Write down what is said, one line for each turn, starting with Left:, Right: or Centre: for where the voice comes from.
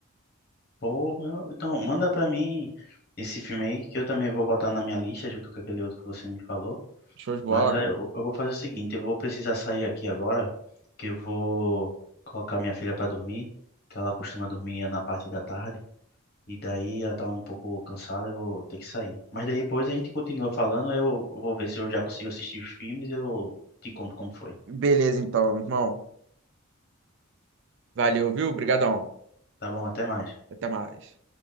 Left: Pô, meu, então, manda pra mim esse filme aí que eu também vou botar na minha lista junto com aquele outro que você me falou.
Right: show de bola.
Left: Mas já, eu, eu vou fazer o seguinte, eu vou precisar sair aqui agora, que eu vou colocar minha filha pra dormir, que ela costuma dormir na parte da tarde, e daí ela tá um pouco cansada, eu vou ter que sair. Mas daí depois a gente continua falando, aí eu, eu vou ver se eu já consigo assistir os filmes e eu te conto como foi.
Right: Beleza então, irmão. Valeu, viu? Obrigadão.
Left: Tá bom, até mais.
Right: Até mais.